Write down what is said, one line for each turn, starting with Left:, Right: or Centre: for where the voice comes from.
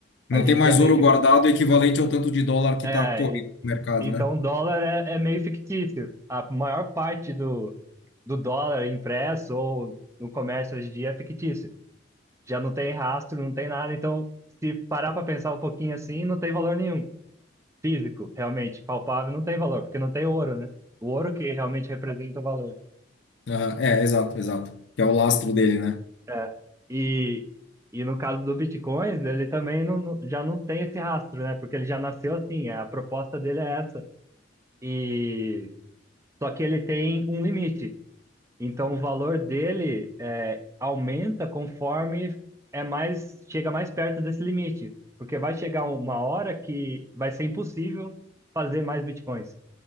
Left: Não
Right: A gente
Left: tem mais
Right: já meio
Left: ouro
Right: que.
Left: guardado equivalente ao tanto de dólar que
Right: É,
Left: tá correndo
Right: e-
Left: no mercado,
Right: então,
Left: né?
Right: o dólar é, é meio fictício. A maior parte do, do dólar impresso ou no comércio hoje em dia é fictício. Já não tem rastro, não tem nada. Então, se parar para pensar um pouquinho assim, não tem valor nenhum. Físico, realmente, palpável, não tem valor, porque não tem ouro, né? O ouro que realmente representa o valor.
Left: Aham, É, exato, exato. Que é o lastro dele, né?
Right: É. E, e no caso do Bitcoin, ele também não, não- já não tem esse rastro, né? Porque ele já nasceu assim, é, a proposta dele é essa. E só que ele tem um limite. Então o valor dele é, aumenta conforme é mais chega mais perto desse limite, porque vai chegar uma hora que vai ser impossível fazer mais Bitcoins,